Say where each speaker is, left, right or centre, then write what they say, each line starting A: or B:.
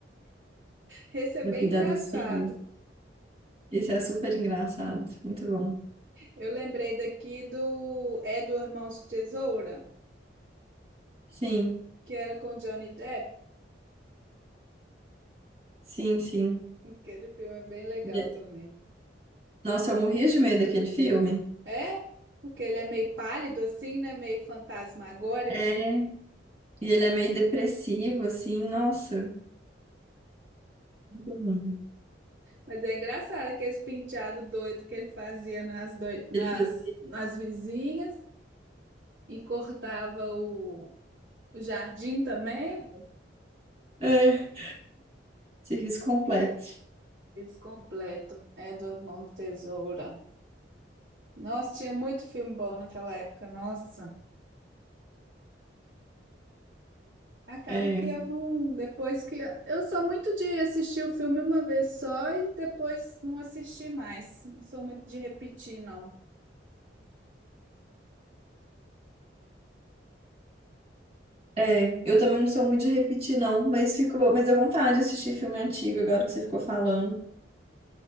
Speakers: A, on the right; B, on the right.
A: Esse é
B: pra
A: bem
B: cuidar
A: engraçado.
B: dos filhos. Esse é super engraçado, muito bom.
A: Eu lembrei daqui do É do Irmão de Tesoura,
B: Sim,
A: que era com Johnny Depp.
B: sim, sim.
A: Aquele filme é bem legal
B: E-
A: também.
B: Nossa, eu morria de medo daquele filme.
A: É, porque ele é meio pálido assim, né? Meio fantasmagórico.
B: É, e ele é meio depressivo, assim, nossa. muito ruim.
A: Mas é engraçado que esse penteado doido que ele fazia nas, doi- nas,
B: Ele fazia
A: nas vizinhas e cortava o, o jardim também.
B: é, serviço completo.
A: Fiz completo. É do Irmão de Tesoura. Nossa, tinha muito filme bom naquela época, nossa. Acaba
B: É,
A: que eu não. Depois que. Eu sou muito de assistir o filme uma vez só e depois não assistir mais. Não sou muito de repetir, não.
B: é, eu também não sou muito de repetir, não, mas ficou, mas deu vontade de assistir filme antigo agora que você ficou falando.